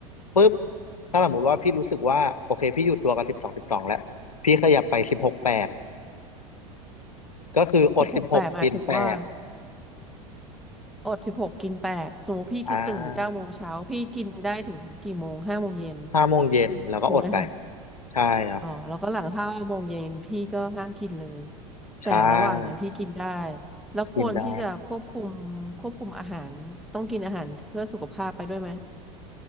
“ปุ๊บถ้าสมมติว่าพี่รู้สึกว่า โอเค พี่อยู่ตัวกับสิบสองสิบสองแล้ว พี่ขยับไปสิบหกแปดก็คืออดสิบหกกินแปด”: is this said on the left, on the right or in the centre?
Left